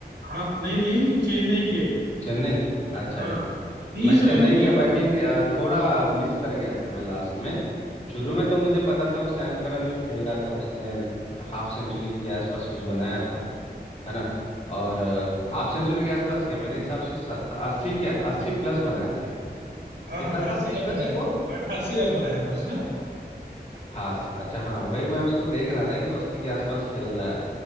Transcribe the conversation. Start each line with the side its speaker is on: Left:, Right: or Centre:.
Right: हाँ नहीं नहीं चेन्नई के
Left: चेन्नई की अच्छा
Right: हाँ
Left: अच्छा अच्छा
Right: बीस
Left: मैं चेन्नई
Right: रन के
Left: का बैटिंग अ, थोड़ा मिस कर गया था मैं लास्ट में शुरू में तो मुझे पता था वो सैम करन जो खेल रहा था उसने हाफ सेंचुरी के आसपास कुछ बनाया था है ना और हाफ सेंचुरी के आसपास क्या मेरे हिसाब से सत अस्सी के अस्सी प्लस बनाए थे कितना
Right: हाँ अठासी
Left: था उसका
Right: रन बनाया
Left: स्कोर
Right: था अठासी रन बनाया था उसने
Left: अठासी अच्छा हाँ वही मैं उसको देख रहा था कि वो अस्सी के आसपास खेल रहा है